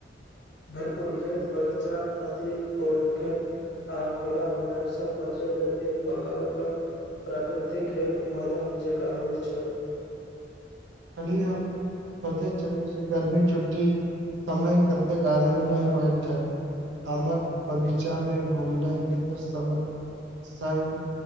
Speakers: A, on the left; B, on the right.
A: बिल्कुल खेत बगीचा नदी प आ खुला मैदान सब बच लेल एक प्रकारक प्राकृतिक खेल मैदान जकाँ होइत छल
B: खली सोचे छलउ जे गर्मी छुट समय कतेक आनन्दमय होइ छन आमक बगीचा में घूमना मित्र सभक संगमे